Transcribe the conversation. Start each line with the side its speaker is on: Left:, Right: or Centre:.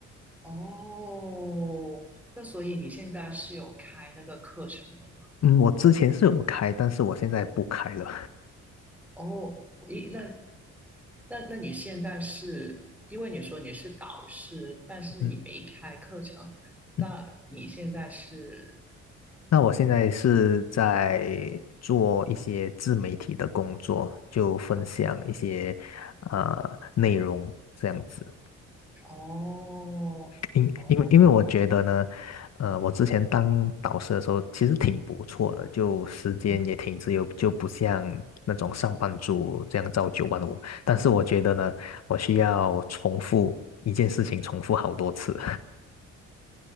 Centre: 哦，那所以你现在是有开那个课程的吗？
Left: 嗯，我之前是有开，但是我现在不开了。
Centre: 哦，咦，那那那你现在是因为你说你是导师，但是你没开课程，
Left: <laughs> 嗯
Centre: 那你现在是
Left: 嗯，那我现在是在做一些自媒体的工作，就分享一些
Centre: 哦
Left: 呃内容这样子。
Centre: 哦哦，
Left: 因因为因为我觉得呢，呃，我之前当导师的时候其实挺不错的，就时间也挺自由，
Centre: 嗯嗯。
Left: 就不像那种上班族这样朝九晚五。
Centre: 嗯
Left: 但是我觉得呢，我需要重复一件事情，重复好多次，